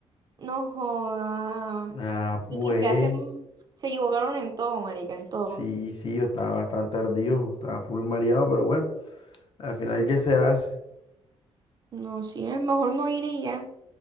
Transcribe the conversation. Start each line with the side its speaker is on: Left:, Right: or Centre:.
Right: No joda.
Left: Ah, pues.
Right: Mientras que hacen, se equivocaron en todo, marica, en todo.
Left: Sí, sí, yo estaba bastante ardido, estaba full mareado, pero bueno, al final, ¿qué serás?
Right: No, sí, es mejor no ir y ya.